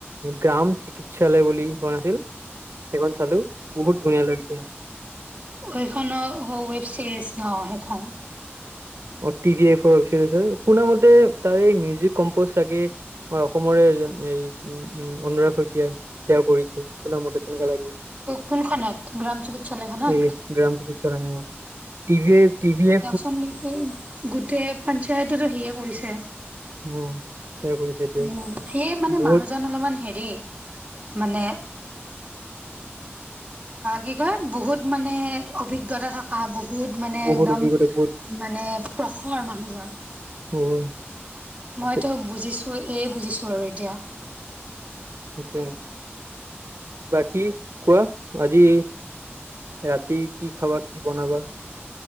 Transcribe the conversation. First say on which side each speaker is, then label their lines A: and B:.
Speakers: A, on the right (about 85°); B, on the right (about 30°).
A: গ্ৰাম চিকিৎসা চালে বুলি শোৱা ন আছিল। সেইখন চালো বহুত ধুনীয়া লাগিছে।
B: সখননৰ ৱেব ছিৰিজ ন সেইখন
A: টিভি শুন মতে তাৰে এই মিউজিক কম্পজ চাগে। আমাৰ অসমৰে এজন এই উম অনুৰাগ শইকীয়া তয়া কৰিছে। শুনা মতে তেনেৱা লাগিছে।
B: কোনখনত গ্ৰাম চিকিৎসালয়খনত
A: এই গ্ৰামত কিছ ন ন টিভি এ টিভি এ
B: খন গোটেই পঞ্চায়ততো সে কৰিছে।
A: উম', তেওঁ কৰিছে এইটোৱে
B: উ', সেইয়ে মানে
A: বহুত
B: মানুহজন অলপমান হেৰি মানে অ', কি কয় বহুত মানে অভিজ্ঞতা থাক বহুত মানে
A: বহুত
B: একদম
A: অভিজ্ঞতা বহুত
B: মানে প্ৰসৰ মানুহজন
A: হয়।
B: মইতো
A: তে-
B: বুজিছো। বুজিছো আৰু এতিয়া
A: য়া বাকী কোৱা আজি ৰাতি কি খাবা? কি বনাবা?